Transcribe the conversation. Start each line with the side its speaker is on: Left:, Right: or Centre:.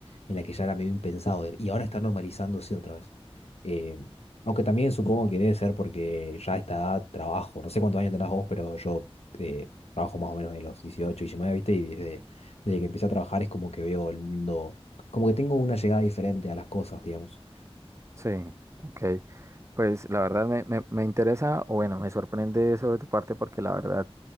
Left: En la que ya era medio impensado ir. Y ahora está normalizándose otra vez. Eh, aunque también supongo que debe ser porque ya a esta edad trabajo. No sé cuántos años tenés vos, pero yo eh, trabajo más o menos de los 18, 19, ¿viste? Y desde, desde que empecé a trabajar es como que veo el mundo como que tengo una llegada diferente a las cosas, digamos.
Right: Sí, ok. Pues la verdad me, me, me interesa, o bueno, me sorprende eso de tu parte porque la verdad